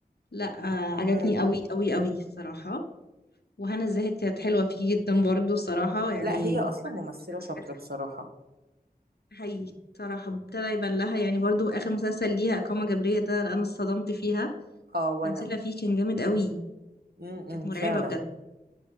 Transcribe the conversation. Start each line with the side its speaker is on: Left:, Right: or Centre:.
Left: لا آه، عجبني
Right: امم
Left: قوي قوي قوي الصراحة وهنا الزاهد كانت حلوة فيه جدا برضو الصراحة يعني
Right: لا هي اصلا ممثلة شاطرة
Left: حاجات حلوة
Right: بصراحة
Left: حقيقي صراحة ابتدى يبان لها يعني برضو آخر مسلسل ليها إقامة جبرية ده أنا اتصدمت فيها
Right: اه وانا
Left: تمثيلها فيه كان جامد قوي
Right: امم
Left: كانت مرعبة
Right: فعلا
Left: بجد